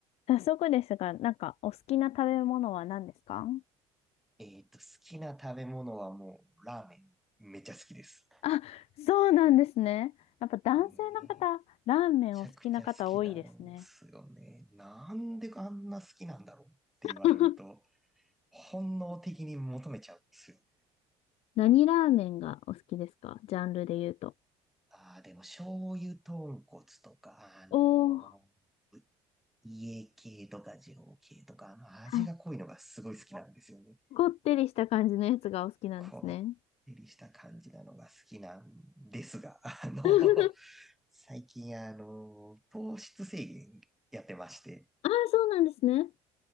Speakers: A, on the left; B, in the centre.
A: 早速ですが、なんかお好きな食べ物は何ですか
B: えっと、好きな食べ物はもう、ラーメン。めっちゃ好きです。
A: あ、そうなんですね。やっぱ男性の方、
B: め
A: ラーメンお好きな方多いですね。
B: ちゃくちゃ好きなんすよね。なんであんな好きなんだろうって言われると、
A: <laughs>
B: 本能的に求めちゃうんですよね。
A: 何ラーメンがお好きですかジャンルで言うと。
B: ああ、でも醤油豚骨とか、あのー
A: おー、
B: 家系とか二郎系とか、あの味が濃いのがすごい好きなんですよね。
A: はい。こってりした感じのやつがお好きなんですね。
B: こってりした感じなのが好きなんですが、あの
A: <laughs>
B: 最近、あの、糖質制限やってまして、
A: ああ、そうなんですね。